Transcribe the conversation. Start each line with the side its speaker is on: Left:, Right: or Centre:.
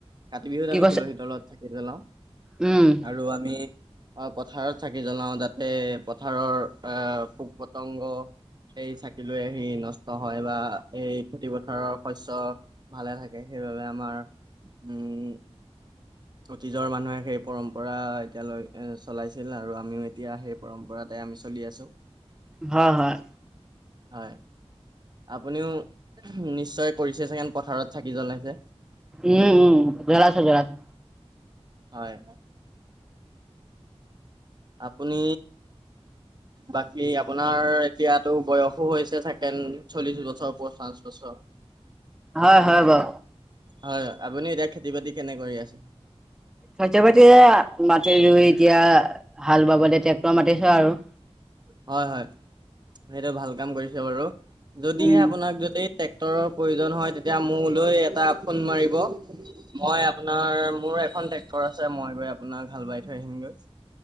Right: কাতি, বিহুত
Centre: কি
Right: আমি
Centre: কৈছে
Right: তুলসীৰ, তলত চাকি জলাও।
Centre: উম
Right: আৰু আমি অ পথাৰত, চাকি, জ্বলাও যাতে পথাৰৰ আহ পোক- পতংগ, সেই চাকি লৈ আহি নষ্ট হয় বা এই খেতি পথাৰৰ শস্য ভালে থাকে। সেইবাবে আমাৰ উম অতীজৰ মানুহে সেই পৰম্পৰা এতিয়ালৈ চলাইছিল আৰু আমিও এতিয়া সেই পৰম্পৰাতে আমি চলি আছো।
Centre: হয় হয়।
Right: হয়। আপুনিও নিশ্চয় কৰিছে চাগেন পথাৰত চাকি জ্বলাইছে।
Centre: উম উম জ্বলাইছো জ্বলাইছো।
Right: হয়। আপুনি বাকী আপোনাৰ এতিয়াতো বয়সো হৈছে থাকে। ন চল্লিশ, বছৰ পঞ্চাচ, বছৰ-
Centre: হয় হয় বাৰু
Right: হয় হয় আপুনি এতিয়া খেতি বাতি কেনে কৰি আছে।
Centre: শৰ্য পাতি মাটি ৰুই এতিয়া হাল বাবলৈ ট্ৰেক্টৰ, মাতিছো। আৰু
Right: হয় হয়। সেইটো ভাল কাম কৰিছে বাৰু যদিহে
Centre: উম
Right: আপোনাক যদি ট্ৰেক্টৰৰ প্ৰয়োজন হয়। তেতিয়া মোৰ লৈ এটা ফোন মাৰিব মই আপোনাৰ মোৰ এখন ট্ৰেক্টৰ, আছে মই গৈ আপোনাৰ হাল, বাই থৈ আহিমগৈ।